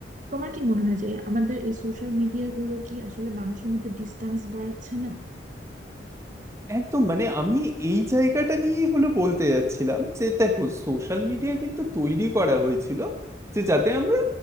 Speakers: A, on the right; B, on the right.
A: তোমার কি মনে হয় যে আমাদের এই সোশ্যাল মিডিয়া গুলো কি আসলে মানুষের মধ্যে ডিস্টেন্স বাড়াচ্ছে না
B: একদম মানে আমি এই জায়গাটা নিয়েই হলো বলতে যাচ্ছিলাম যে দেখো সোশ্যাল মিডিয়া কিন্তু তৈরি করা হয়েছিল যে যাতে আমরা